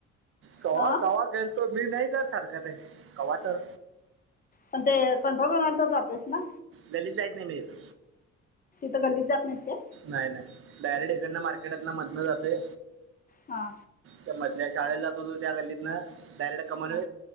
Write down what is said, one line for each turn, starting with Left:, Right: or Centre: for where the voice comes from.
Right: कवा
Left: हा
Right: कवा खेलतो मी नाही सारखं ते कव्हा तर,
Left: पण ते कंट्रोल व्हायला तर जातोस ना?
Right: गल्लीत जाईत नाही मी एवढ
Left: त्या गल्तीत जात नाहीस काय?
Right: नाय नाय डायरेक्ट इकडन मार्केटात ना मधन जातोय.
Left: हा
Right: त्या मधल्या शाळेला जात होतो त्या गल्लीतनं डायरेक्ट कमान
Left: हां